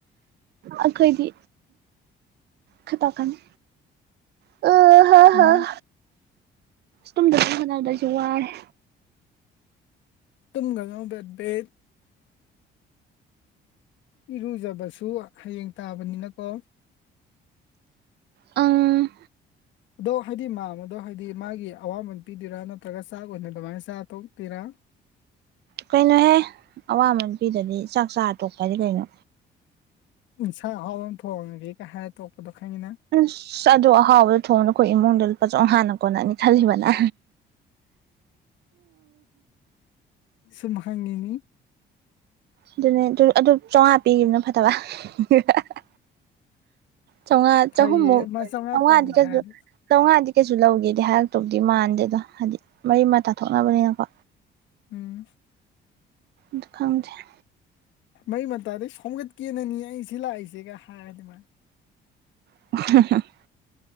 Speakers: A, on the right; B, on the left.
A: ꯑꯩꯈꯣꯏꯗꯤ ꯈꯇꯣꯛꯀꯅꯤ <unintelligible> ꯑꯁ
B: ꯎꯝ
A: ꯇꯨꯝꯗꯅꯕ ꯍ‌ꯣꯠꯅꯕꯗ ꯑꯩꯁ‌ꯦ ꯋꯥꯔ‌ꯦ
B: ꯇꯨꯝꯒꯅ‌ꯣ ‌ꯕ‌ꯦꯠꯕꯤꯠ ꯏꯔꯨꯖꯕꯁꯨ ꯍꯌꯦꯡ ꯇꯥꯕꯅꯤꯅꯀꯣ
A: ꯑꯪ
B: ꯑꯗꯣ ꯍꯥꯏꯗꯤ ꯃꯥꯝꯃꯗꯣ ꯍꯥꯏꯗꯤ ꯃꯥꯒꯤ ꯑꯋꯥꯃꯟ ꯄꯤꯗꯣꯏꯔꯥ ꯅꯠꯇ꯭ꯔꯒ ꯆꯥꯛ ꯑꯣꯏꯅ ꯑꯗꯨꯃꯥꯏꯅ ꯆꯥ ꯇꯣꯛꯇꯨꯏꯔꯥ
A: ꯀꯩꯅꯣꯍꯦ ꯑꯋꯥꯃꯟ ꯄꯤꯗ꯭ꯔꯗꯤ ꯆꯥꯛ ꯆꯥꯔ ꯇꯣꯛꯄ ꯍꯥꯏꯗꯤ ꯀꯩꯅꯣ
B: ꯏꯟꯁꯥꯡ ꯑꯍꯥꯎꯕ ꯑꯃ ꯊꯣꯡꯉꯒ‌ꯦ ꯀꯥꯏ ꯍꯥꯏ ꯇꯣꯛꯄꯗꯣ ꯈꯪꯉꯤꯅ
A: ꯑꯁ ꯑꯗꯣ ꯑꯍꯥꯎꯕꯗꯣ ꯊꯣꯡꯅ ꯑꯩꯈꯣꯏ ꯏꯃꯨꯡꯗ ꯂꯨꯄꯥ ꯆꯣꯡꯉꯥꯅ ꯀꯣꯟꯅꯅꯤ ꯈꯜꯂꯤꯕ ꯅ
B: ꯁꯨꯝ ꯍꯪꯉꯤꯅꯤ
A: ꯑꯗꯨꯅꯦ ꯑꯗꯨ ꯑꯗꯨ ꯆꯧꯉꯥ ꯄꯤꯈꯤꯝꯅ ꯐꯠꯇꯕ꯭ꯔ <unintelligible>
B: <inaudible>
A: ꯆꯧꯉꯥ
B: ꯐꯩꯌꯦ
A: ꯆꯍꯨꯝꯃꯨꯛ
B: ꯃꯥ ꯆꯥꯝꯃꯉꯥ
A: ꯆꯧꯉꯥꯗꯤ
B: ꯄꯥꯝꯃꯦ
A: ꯀꯩꯁꯨ
B: ꯍꯥꯏꯔꯗꯤ
A: ꯆꯧꯉꯥꯗꯤ ꯀꯩꯁꯨ ꯂꯧꯒꯦꯗꯤ ꯍꯥꯏꯔꯛ ꯇꯧꯗꯤ ꯃꯥꯟꯗꯦꯗ ꯍꯥꯏꯗꯤ ꯃꯔꯤ ꯃꯇꯥ ꯊꯣꯛꯅꯕꯅꯤꯅꯀꯣ
B: ꯎꯝ
A: ꯑꯗꯨ ꯈꯪꯗ‌ꯦ
B: ꯃꯩ ꯃꯇꯥꯗꯩ ꯁꯣꯝꯒꯠꯀꯦꯅꯅꯤ ꯑꯩ ꯁꯤ ꯂꯥꯛꯏꯁꯦꯒ ꯍꯥꯏꯔ ꯑꯗꯨꯃꯥꯏꯅ
A: <unintelligible>